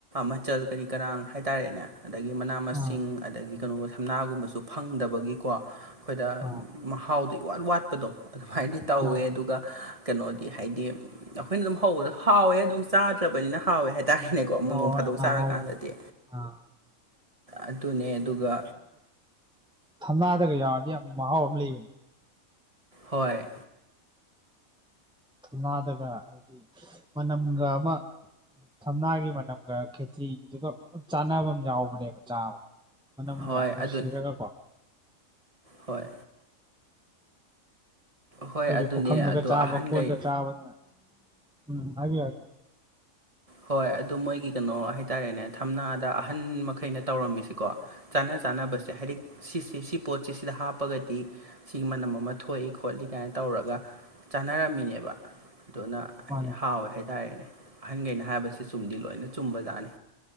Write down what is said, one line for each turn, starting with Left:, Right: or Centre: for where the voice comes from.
Right: ꯃꯆꯜ ꯀꯔꯤ ꯀꯔꯥꯡ ꯍꯥꯏꯇꯥꯔꯦꯅꯦ ꯑꯗꯒꯤ ꯃꯅꯥ ꯃꯁꯤꯡ
Centre: ꯑꯥ
Right: ꯑꯗꯒꯤ ꯀꯩꯅꯣꯒꯕ ꯊꯝꯅꯥꯒꯨꯝꯕꯁꯨ ꯐꯪꯗꯕꯒꯤꯀꯣ ꯑꯩꯈꯣꯏꯗ
Centre: ꯑꯥ
Right: ꯃꯍꯥꯎꯗꯤ ꯏꯋꯥꯠ ꯋꯥꯠꯄꯗꯣ ꯑꯗꯨꯃꯥꯏꯅꯗꯤ ꯇꯧꯋꯦ
Centre: ꯃꯥꯅꯦ
Right: ꯑꯗꯨꯒ ꯀꯩꯅꯣꯗꯤ ꯍꯥꯏꯗꯤ ꯑꯩꯈꯣꯏꯅ ꯑꯗꯨꯝ ꯍꯧꯕꯗꯣ ꯍꯥꯎꯋꯦ ꯑꯗꯨꯝ ꯆꯥꯗ꯭ꯔꯕꯅꯤꯅ ꯍꯥꯎꯋꯦ ꯍꯥꯏꯗꯤ ꯇꯥꯥꯔꯦꯅꯦꯀꯣ
Centre: ꯍꯣꯏ
Right: ꯅꯣꯡ ꯐꯥꯗꯣꯛ
Centre: ꯍꯣꯏ
Right: ꯆꯥꯔꯀꯥꯟꯗꯗꯤ
Centre: ꯍꯥꯎꯕꯅꯦ ꯑꯥ
Right: ꯑꯗꯨꯅꯦ ꯑꯗꯨꯒ
Centre: ꯊꯝꯅꯥ ꯀꯩ ꯀꯩ ꯌꯥꯎꯔꯗꯤ ꯌꯥꯝ ꯃꯍꯥꯎ ꯑꯃ ꯂꯩꯕꯅꯦ
Right: ꯍꯣꯏ
Centre: ꯊꯝꯅꯥꯗꯒ ꯍꯥꯏꯗꯤ ꯃꯅꯝꯒ ꯑꯃ ꯊꯝꯅꯥꯒꯤ ꯃꯅꯝꯒ ꯈꯦꯆ꯭ꯔꯤꯗꯨꯒ ꯄꯨꯂꯞ ꯆꯥꯟꯅꯕ ꯑꯃ ꯌꯥꯎꯕꯅꯦꯕ ꯆꯥꯕꯗ ꯃꯅꯝꯒ
Right: ꯍꯣꯏ
Centre: ꯌꯥꯝ ꯅꯨꯡꯁꯤꯔꯒ
Right: ꯑꯗꯨ
Centre: ꯀꯣ
Right: ꯍꯣꯏ ꯍꯣꯏ
Centre: ꯑꯩꯈꯣꯏꯒꯤ
Right: ꯑꯗꯨꯅꯦ
Centre: ꯄꯨꯈꯝꯗꯒ
Right: ꯑꯗꯣ
Centre: ꯆꯥꯕ
Right: ꯑꯍꯟꯈꯩ
Centre: ꯀꯣꯟꯗ ꯆꯥꯕꯗꯨꯅ ꯎꯝ ꯍꯥꯏꯕꯤꯌꯨ ꯍꯥꯏꯕꯤꯌꯨ
Right: ꯍꯣꯏ ꯑꯗꯨ ꯃꯣꯏꯒꯤ ꯀꯩꯅꯣ ꯍꯥꯏꯇꯥꯔꯦꯅꯦ ꯊꯝꯅꯥꯗ ꯑꯍꯟ ꯃꯈꯩꯅ ꯇꯧꯔꯝꯃꯤꯁꯤꯀꯣ ꯆꯅꯥ ꯆꯅꯥꯕꯁꯦ ꯍꯥꯏꯗꯤ ꯁꯤ ꯁꯤ ꯁꯤ ꯄꯣꯠꯁꯤ ꯁꯤꯗ ꯍꯥꯞꯄꯒꯗꯤ ꯁꯤꯒꯤ ꯃꯅꯝ ꯑꯃ ꯊꯣꯛꯏ ꯈꯣꯠꯂꯤ ꯀꯥꯏꯅ ꯇꯧꯔꯒ ꯆꯥꯟꯅꯔꯝꯃꯤꯅꯦꯕ ꯑꯗꯨꯅ ꯍꯥꯏꯗꯤ
Centre: ꯃꯥꯅꯦ
Right: ꯍꯥꯎꯋꯦ ꯍꯥꯏꯇꯥꯔꯦꯅꯦ ꯑꯍꯟꯈꯩꯅ ꯍꯥꯏꯕꯁꯤ ꯆꯨꯝꯗꯤ ꯂꯣꯏꯅ ꯆꯨꯝꯕ ꯖꯥꯠꯅꯤ